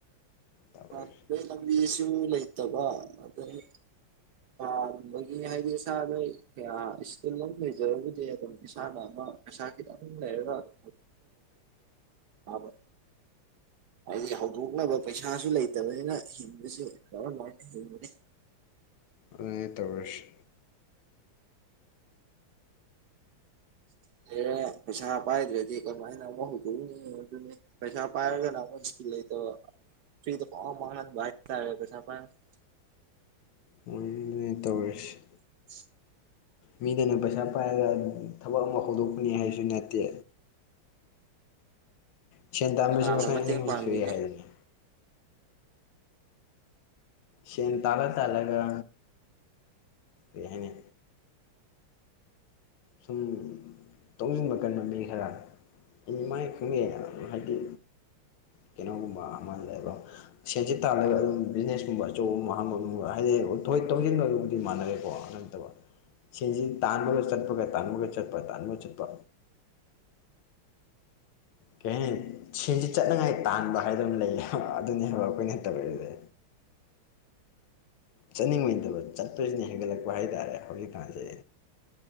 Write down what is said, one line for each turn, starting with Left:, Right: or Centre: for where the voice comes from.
Left: ꯇꯧꯔꯤꯁꯦ
Right: <unintelligible> ꯄꯥꯝꯕꯒꯤ ꯍꯥꯏꯗꯤ ꯏꯁꯥꯗ ꯀꯌꯥ ꯏꯁꯀꯤꯜ ꯑꯃ ꯂꯩꯖꯔꯕꯨꯗꯤ ꯑꯗꯨꯝ ꯏꯁꯥꯅ ꯑꯃ ꯄꯩꯁꯥ ꯈꯤꯗꯪ ꯂꯩꯔꯒ <unintelligible> ꯍꯥꯏꯗꯤ ꯍꯧꯗꯣꯛꯅꯕ ꯄꯩꯁꯥꯁꯨ ꯂꯩꯇꯕꯅꯤꯅ ꯍꯤꯡꯕꯁꯤ ꯀꯔꯝ ꯍꯥꯏꯅ ꯍꯤꯡꯒꯅꯤ
Left: ꯑꯗꯨꯅꯦ ꯇꯧꯔꯤꯁꯤ
Right: <unintelligible> ꯄꯩꯁꯥ ꯄꯥꯏꯗ꯭ꯔꯗꯤ ꯀꯃꯥꯏꯅ ꯑꯃ ꯍꯧꯗꯣꯛꯎꯅꯤ ꯑꯗꯨꯅꯤ ꯄꯩꯁꯥ ꯄꯥꯏꯔꯒꯅ ꯑꯃꯨꯛ ꯏꯁꯀꯤꯜ ꯂꯩꯇꯕ ꯐ꯭ꯔꯤꯗ ꯄꯪꯃꯥꯡ ꯃꯥꯡꯍꯟꯕ ꯍꯥꯏꯇꯥꯔꯦ ꯄꯩꯁꯥ ꯄꯥꯏ ꯃꯈꯩ
Left: <unintelligible> ꯇꯧꯔꯤꯁꯤ
Right: <unintelligible>
Left: ꯃꯤꯗꯧꯅ ꯄꯩꯁꯥ ꯄꯥꯏꯔꯒ ꯊꯕꯛ ꯑꯃ ꯍꯧꯗꯣꯛꯀꯅꯤ ꯍꯥꯏꯕꯁꯨ ꯅꯠꯇꯦ ꯁꯦꯟ ꯇꯥꯟꯕꯁꯨ
Right: ꯀꯅꯥꯅ
Left: ꯃꯈꯜ
Right: ꯃꯇꯦꯡ
Left: ꯑꯅꯤ ꯑꯍꯨꯝ
Right: ꯄꯥꯡꯕꯤꯅꯤ
Left: ꯁꯨꯏ ꯍꯥꯏꯗꯨꯅꯤ ꯁꯦꯟ ꯇꯥꯜꯂ ꯇꯥꯜꯂꯒ ꯀꯔꯤ ꯍꯥꯏꯅꯤ ꯁꯨꯝ ꯇꯨꯡꯁꯤꯟꯕ ꯀꯟꯕ ꯃꯤ ꯈꯔ ꯅꯤ ꯃꯥꯏ ꯈꯪꯅꯩꯑꯦ ꯍꯥꯏꯗꯤ ꯀꯩꯅꯣꯒꯨꯝꯕ ꯑꯃ ꯂꯩꯕ ꯁꯦꯟꯁꯤ ꯇꯥꯜꯂꯒ ꯑꯗꯨꯝ ꯕꯤꯖꯤꯅꯦꯁꯀꯨꯝꯕ ꯑꯆꯧꯕ ꯑꯃ ꯍꯥꯡꯕꯒꯨꯝꯕ ꯍꯥꯏꯗꯤ ꯇꯣꯡꯁꯤꯟꯕꯗꯨꯕꯨꯗꯤ ꯃꯥꯟꯅꯔꯦꯀꯣ ꯑꯗꯨ ꯁꯤꯟꯁꯤ ꯇꯥꯟꯕꯒ ꯆꯠꯄꯒ ꯇꯥꯟꯕꯒ ꯆꯠꯄ ꯇꯥꯟꯕꯒ ꯆꯠꯄ ꯀꯩ ꯍꯥꯏꯅꯤ ꯁꯦꯟꯁꯤ ꯆꯠꯅꯉꯥꯏ ꯇꯥꯟꯕ ꯍꯥꯏꯗꯨꯝ ꯂꯩꯌꯦ ꯍꯥꯏꯕ ꯑꯗꯨꯅꯦ ꯍꯥꯏꯕ ꯑꯩꯈꯣꯏꯅ ꯇꯧꯔꯤꯁꯤ ꯆꯠꯅꯤꯡꯕꯩ ꯅꯠꯇꯕ ꯆꯠꯄꯁꯤꯅ ꯍꯦꯟꯒꯠꯂꯛꯄ ꯍꯥꯏꯇꯥꯔꯦ ꯍꯧꯖꯤꯛꯀꯥꯟꯁꯤ